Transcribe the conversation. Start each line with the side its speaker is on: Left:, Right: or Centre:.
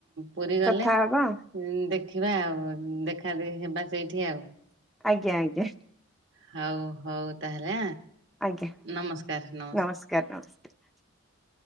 Right: ପୁରୀ
Centre: କଥା
Right: ଗଲେ ଦେଖ
Centre: ହବା
Right: ଦେଖିବା ଆଉ ଦେଖା ଦେଖି ହେବା ସେଇଠି ଆଉ।
Centre: ଆଜ୍ଞା ଆଜ୍ଞା।
Right: ହଉ ହଉ ତାହେଲେ
Centre: ଆଜ୍ଞା
Right: ନମସ୍କାର୍ ନମସ୍କାର୍।
Centre: ନମସ୍କାର <inaudible>